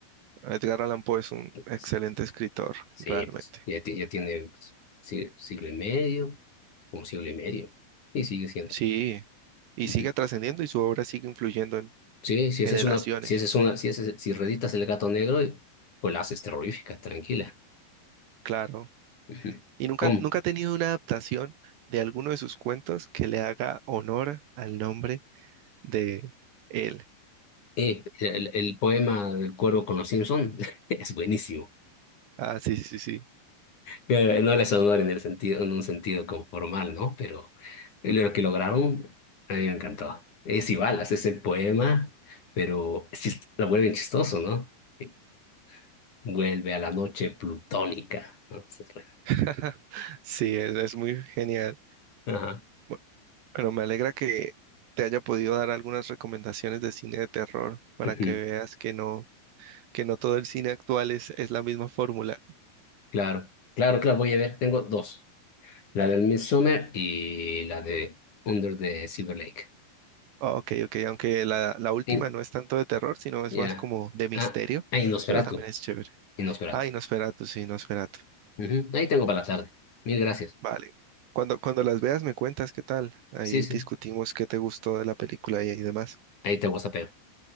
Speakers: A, on the right; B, on the left.
A: Edgar Allan Poe es un
B: Pues,
A: excelente escritor,
B: Sí,
A: realmente.
B: pues ya, ti- ya tiene pues, si- siglo y medio, un siglo y medio, y sigue siendo.
A: Sí, y
B: Ujú.
A: sigue trascendiendo y su obra sigue influyendo en
B: Sí, si
A: generaciones.
B: esa es una, si esa es una, si ese es- si reditas el gato negro, pues la haces terrorífica, tranquila.
A: Claro.
B: Ujú.
A: ¿Y nunca,
B: Um,
A: nunca ha tenido una adaptación de alguno de sus cuentos que le haga honor al nombre de él?
B: eh, el, el poema del cuervo con los Simpson <laughs> es buenísimo.
A: Ah, sí, sí, sí.
B: Pero no les honor en el sentido, en un sentido como formal, ¿no? Pero lo que lograron a mí me encantó. Es igual, haces el poema, pero sí es chis- lo vuelven chistoso, ¿no? Eh, Vuelve a la noche plutónica, ¿no? Esa es buena.
A: <laughs> Sí, es, es muy genial.
B: Ajá.
A: Bu- Bueno, me alegra que te haya podido dar algunas recomendaciones de cine de terror para
B: Ujú.
A: que veas que no, que no todo el cine actual es, es la misma fórmula.
B: Claro, claro, claro, voy a ver, tengo dos. La del Midsummer y la de Under the Silver Lake.
A: Ah, ok, ok, aunque la, la última
B: Y-
A: no es tanto de terror, sino es
B: Ya.
A: más como de misterio,
B: Ah, ah, y Nosferatu.
A: pero también es chévere.
B: y Nosferatu.
A: Ah, y Nosferatu, sí, Nosferatu.
B: Ujú. Ahí tengo para la tarde. Mil gracias.
A: Vale. Cuando, cuando las veas me cuentas qué tal. Ahí
B: Sí, sí.
A: discutimos qué te gustó de la película y, y demás.
B: Ahí te WhatsApp.